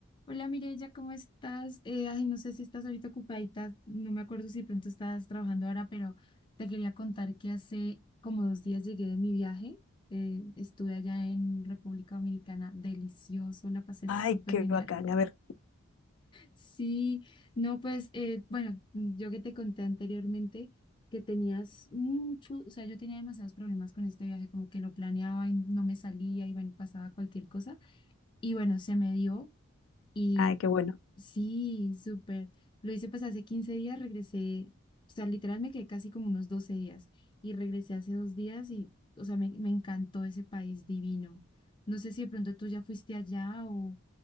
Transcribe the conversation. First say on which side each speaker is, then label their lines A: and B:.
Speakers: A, on the left (about 20°); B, on the left (about 80°).
A: Hola Mireya, ¿cómo estás? Eh, ay, no sé si estás ahorita ocupadita, no me acuerdo si de pronto estás trabajando ahora, pero te quería contar que hace como dos días llegué de mi viaje. eh, estuve allá en República Dominicana, delicioso, la pasé
B: Ay,
A: súper
B: qué
A: genial.
B: bacán. A ver,
A: Sí, no, pues, eh, bueno, yo que te conté anteriormente que tenías mucho, o sea, yo tenía demasiados problemas con este viaje, como que lo planeaba y no me salía y bueno, pasaba cualquier cosa. Y bueno, se me dio. Y
B: ay, qué bueno.
A: Sí, súper. Lo hice pues hace 15 días, regresé, o sea, literal me quedé casi como unos 12 días y regresé hace dos días y, o sea, me, me encantó ese país divino. No sé si de pronto tú ya fuiste allá o,